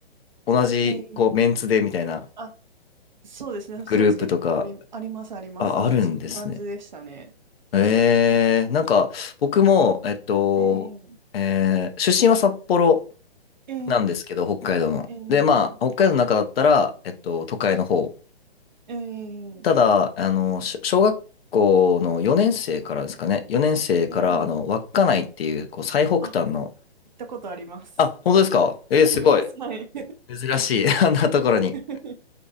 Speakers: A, on the left (about 65°); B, on the right (about 45°).
A: 同じ、
B: ええ
A: こう、メンツでみたいな
B: あ、そうですね、
A: グループとか、
B: そうです。結構あり、あります、あります。
A: あ、
B: はい、
A: あるんですね。
B: そういう感じでしたね。
A: ええ、なんか、僕も、えっと、
B: ええ
A: えー出身は札幌
B: え
A: なんですけど、北海道の。
B: えええ
A: で、まあ、北海道の中だったら、えっと、都会の方。
B: え
A: ただ、あの、し小学校の4年生からですかね。4年生から、
B: えええ
A: あの、稚内っていう、こう、最北端の、
B: あ、行ったことあります。
A: あ、本当ですかえー、
B: あります、
A: すごい。
B: はい。
A: 珍しい。<laughs> あんなところに。
B: <laughs>